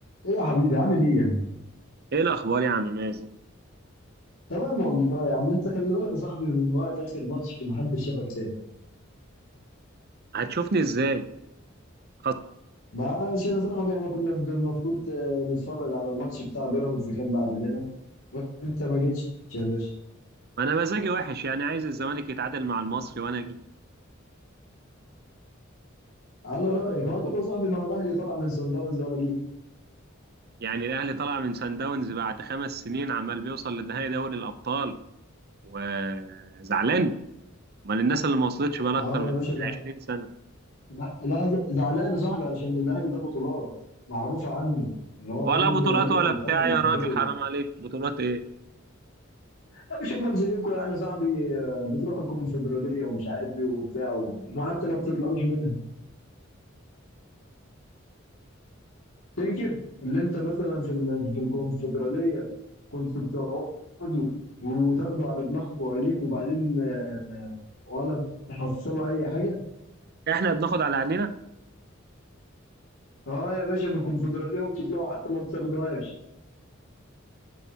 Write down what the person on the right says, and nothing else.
ايه الاخبار يا عم مازن
هتشوفني ازاي خلاص
ما انا مزاجي وحش يعني عايز الزمالك يتعادل مع المصري وانا اجي
يعني الاهلي طلع من سان داونز بعد خمس سنين عمال بيوصل لنهائي دوري الابطال وزعلان امال الناس اللي ما وصلتش بقى
اكتر من
20 سنه
ولا
بطولات
ولا
بتاع
يا راجل حرام عليك بطولات ايه
احنا بناخد على عينينا